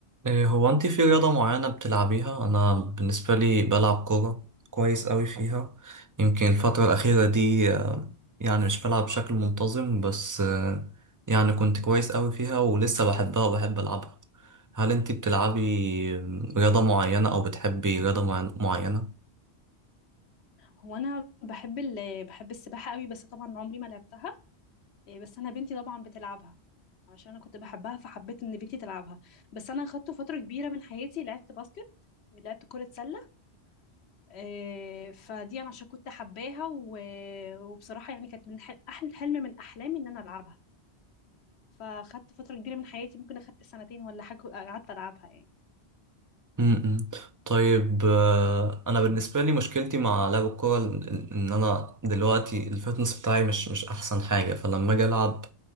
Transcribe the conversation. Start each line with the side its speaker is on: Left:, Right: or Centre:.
Right: إيه، هو انت في رياضة معينة بتلعبيها انا بالنسبة لي بلعب كورة كويس قوي فيها يمكن الفترة الأخيرة دي آه، يعني مش بلعب بشكل منتظم بس آه، يعني كنت كويس قوي فيها ولسه بحبها وبحب ألعبها هل انت بتلعبي آه، رياضة معينة او بتحبي رياضة معين- معينة
Left: هو انا بحب ال... بحب السباحه قوي بس طبعا عمري ما لعبتها إيه، بس انا بنتي طبعا بتلعبها عشان انا كنت بحبها فحبيت ان بنتي تلعبها بس انا خدت فتره كبيره من حياتي لعبت باسكت لعبت كرة سلة إيه، فدي أنا عشان كنت حباها و- وبصراحة يعني كانت من حل- أحلى حلم من أحلامي إن أنا ألعبها فخدت فترة كبيرة من حياتي ممكن أخدت سنتين ولا حاجة قعدت ألعبها يعني
Right: م-م. طيب آه، انا بالنسبة لي مشكلتي مع لعب الكورة ال- ال- ان انا دلوقتي الفتنس بتاعي مش مش احسن حاجة فلما اجي العب